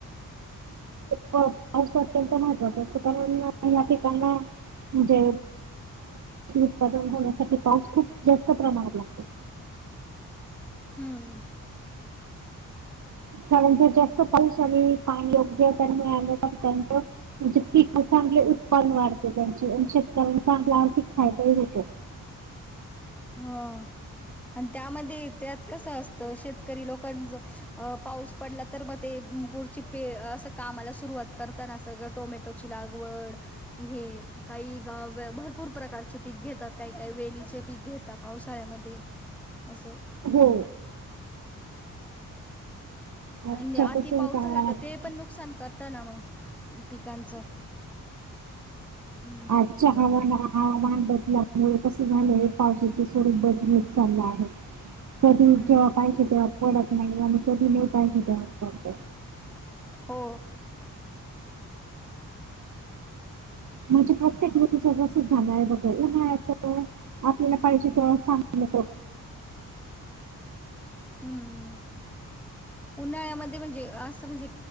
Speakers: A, on the right (about 55°); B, in the centre.
A: पावस अत्यंत महत्त्वाच असतं कारण ह्या ठिकाना म्हणजे उत्पादन होण्यासाठी पाऊस खूप जास्त प्रमाणात लागतो
B: हम्म
A: र जास्त पाऊस आणि पाणी योग्य मिळालं प म्हणजे प चांगले उत्पान्न वाढते त्यांचे आणि शेतकऱ्यांना चांगला आर्थिक खायदाही होत
B: हा आणि त्यामध्ये त्यात कसं असतं शेतकरी लोकांच अ पाऊस पडला तर मग ते पुरची पे असं कामाला सुरुवात करताना सगळं टोमॅटोची लागवड हे काही भरपूर प्रकारचे पीक घेतात काही काही वेली पीक घेता पावसाळ्यामध्ये असं
A: हो आजच्यापासून
B: आणिजे आती पाऊस
A: काळात
B: झाला तर ते पण नुकसान करत ना मग. पिकांचं हम्म
A: अ हवाना ह हवान बदलामुळे कस झालंय पावसाच स्वरूप बदलत चाललं आहे कधी
B: हम्म
A: जेव्हा पाहिजे तेव्हा पडत नाही आणि कधी नाही पाहिजे तेव्हाच पडत
B: हो
A: म्हणजे प्रत्येक ऋतूच वसित झालं आहे बघं उन्हाळ्याच आपल्याला पाहिजे ते चांगलं
B: हम्म उन्हाळ्यामध्ये म्हणजे असं म्हणजे